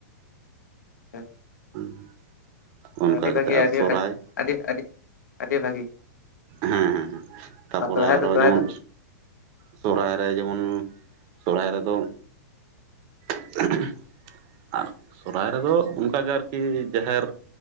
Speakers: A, on the left; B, on the right.
A: ᱦᱮ
B: <inaudible> ᱚᱱᱠᱟ
A: ᱟᱹᱰᱤ ᱵᱷᱟᱹᱜᱤ
B: ᱠᱟᱛᱮᱫ ᱟᱨ
A: ᱟᱹᱰᱤ
B: ᱥᱚᱨᱦᱟᱭ
A: ᱟᱹᱰᱤ ᱟᱹᱰᱤᱮ ᱵᱷᱟᱹᱜᱮ
B: ᱦᱮᱸ ᱦᱮᱸ ᱛᱟᱯᱚᱨᱮ
A: ᱥᱚᱨᱦᱟᱭ
B: ᱟᱨᱚ
A: ᱫᱚ ᱥᱚᱨᱦᱟᱭ
B: ᱡᱮᱢᱚᱱ
A: ᱫᱚ
B: ᱥᱚᱦᱚᱨᱟᱭ ᱨᱮ ᱡᱮᱢᱚᱱ, ᱥᱚᱦᱚᱨᱟᱭ ᱨᱮᱫᱚ <inaudible> ᱟᱨ ᱥᱚᱦᱚᱨᱟᱭ ᱨᱮᱫᱚ ᱚᱱᱠᱟᱜᱮ ᱟᱨᱠᱤ ᱡᱟᱦᱮᱨ